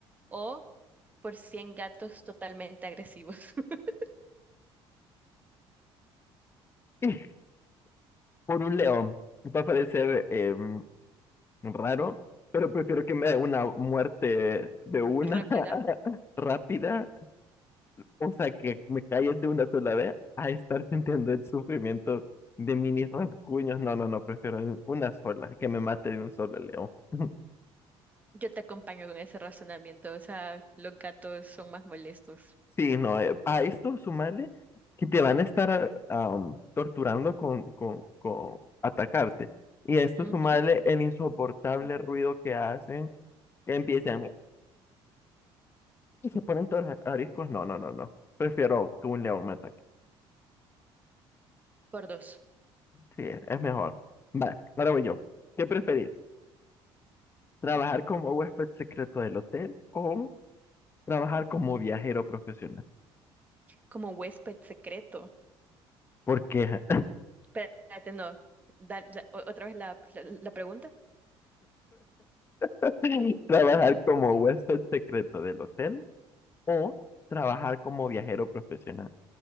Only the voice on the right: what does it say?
o por 100 gatos totalmente agresivos? <laughs>
Rápida.
Yo te acompaño con ese razonamiento. O sea, los gatos son más molestos.
Ujú.
Por dos.
Como huésped secreto.
Espérate, no. Da- la- o- otra vez la, la- la pregunta.